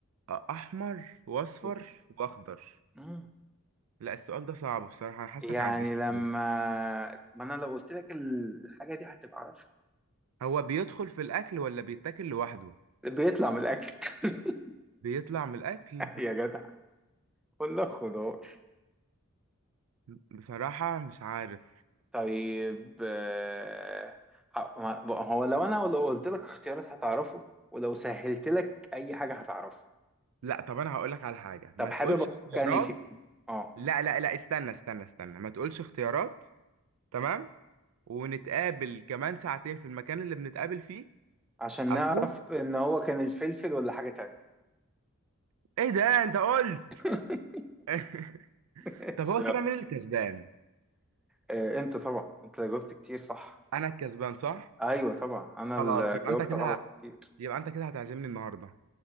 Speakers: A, on the right (about 80°); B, in the centre.
A: آه احمر واصفر
B: خض-
A: واخضر
B: مم.
A: لا السؤال ده صعب بصراحة أنا حاسك
B: يعني
A: عجزتني
B: لما ما انا لو قلت لك الحاجه دي هتبقى عارفها
A: هو بيدخل في الأكل ولا بيتاكل لوحده؟
B: بيطلع من الاكل <laughs>
A: بيطلع من الأكل
B: يا جدع قول لك خضار
A: <laughs> بصراحة مش عارف
B: طيب آه، ه- ما- بقى هو لو انا لو قلت لك اختيارات هتعرفه ولو سهلت لك اي حاجه هتعرفه
A: لا طب أنا هقولك على حاجة ما
B: طب
A: تقولش
B: حابب اقول
A: اختيارات
B: لك يعني في اه
A: لا لا لا استنى استنى استنى ما تقولش اختيارات تمام ونتقابل كمان ساعتين في المكان اللي بنتقابل فيه
B: عشان
A: أكون
B: نعرف ان هو كان الفلفل ولا حاجه تانية
A: إيه ده أنت قلت
B: <laughs>
A: <laughs>
B: ماشي،
A: طب هو
B: يلا.
A: كده مين الكسبان؟
B: آه، انت طبعا انت جاوبت كتير صح
A: أنا الكسبان صح؟
B: ايوه طبعا انا
A: خلاص
B: اللي
A: يبقى
B: جاوبت
A: أنت كده
B: غلط
A: ه-
B: كتير
A: يبقى أنت كده هتعزمني النهاردة